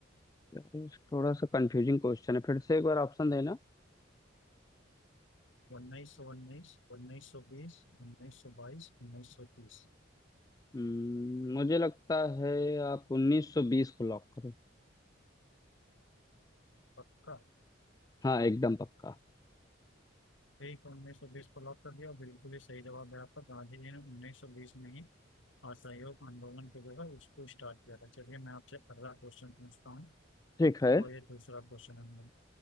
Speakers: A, on the left; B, on the left.
A: यार, थोड़ा सा कंफ्यूजिंग क्वेश्चन है फिर से एक बार ऑप्शन देना
B: उन्नीस सौ उन्नीस उन्नीस सौ बीस उन्नीस सौ बाईस उन्नीस सौ तीस
A: हम्म, मुझे लगता है आप 1920 को लॉक करो
B: पक्का
A: हाँ एकदम पक्का
B: ठीक है उन्नीस सौ बीस को लॉक कर दिया बिल्कुल ही सही जवाब है आपका गांधी जी ने उन्नीस सौ बीस में ही असहयोग आंदोलन को जो है उसको स्टार्ट किया था चलिए मैं आपसे अगला क्वेश्चन पूछता हूँ
A: ठीक है
B: और ये दूसरा क्वेश्चन हम